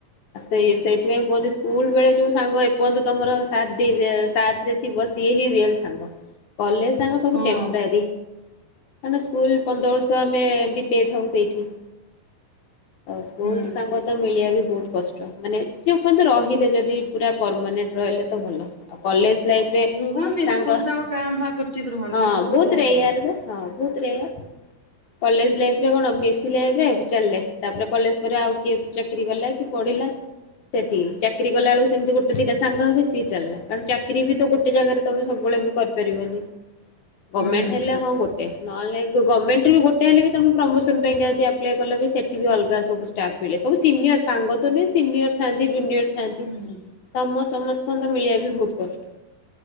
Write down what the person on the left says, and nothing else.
ସେ ସେଇଥିପାଇଁ କୁହନ୍ତି। ସ୍କୁଲ ବେଳେ ଯୋଉ ସାଙ୍ଗ ଏପର୍ଯ୍ୟନ୍ତ ତମର ସାତ୍ ଦେଇ ଦେଇଥିବ ସିଏ ହିଁ ରିଅଲ ସାଙ୍ଗ। କଲେଜ ସାଙ୍ଗ ସବୁ
ଟେମ୍ପରାରୀ।। କାହିଁକି ନା ସ୍କୁଲ ପନ୍ଦର ବର୍ଷ ଆମେ ବିତେଇ ଥାଉ ସେଇଠି। ତ ସ୍କୁଲ
ସାଙ୍ଗ ତ ମିଳିବା ବି ବହୁତ କଷ୍ଟ ମାନେ ଯେ ପର୍ଯ୍ୟନ୍ତ ରହ ଲାଗିଲେ ଯଦି ପୁରା ପରମାନେେଣ୍ଟ ରହିଲେ ତ ଭଲ। କଲେଜ ଲାଇଫିରେ
ସାଙ୍ଗ,
ହଁ
ବହୁତ
ରେୟାର ବା। ହଁ ଭହୁତ ରେୟାର।। କଲେଜ ଲାଇଫ ରେ କଣ ମିସିଲେ ଏବେ ଚାଲିଲେ ତାପରେ କଲେଜ ପରେ ଆଉ କିଏ। ଚାକିରି କଲା କି ପଢିଲା ସେଠି। ଚାକିରି କଲା ବେଳକୁ ସେମତି ଗୋେ ଦଇଟା ସାଙ୍ଗ ହେବେ ସେ ଚାଲିଲା କାରଣ ଚାକିରି ବି ତ ଗୋଟେ ଜାଗାରେ ତମେ ସବୁବେଳେ ବି କରିପାରିବନି।
ଗମେଣ୍ଟ
ହେଲେ ହଁ ଗୋଟେ ନହେଲେ ଗମେଣ୍ଟ ରେବି ଗଟେ ହେଲେ ବି ତମେ ପ୍ରମୋସନ ପାଇଁକା ଯଦି ଆପ୍ଲଏ କଲେ ବି ସେଠି ବି ଅଲଗା ସବୁ ଷ୍ଟାପ। ମିଳେ <unintelligible> ସବୁ ସିନିୟର ସାଙ୍ଗ ତ ନୁହେଁ ସିନିୟର ଥାଆନ୍ତି ଜୁନିୟର। ଥାନ୍ତି
ତମ ସମସ୍କାନ ନ୍ଦ <unintelligible> ଙ୍କ ତ ମିଳିବା ବି ବହୁତ କଷ୍ଟ।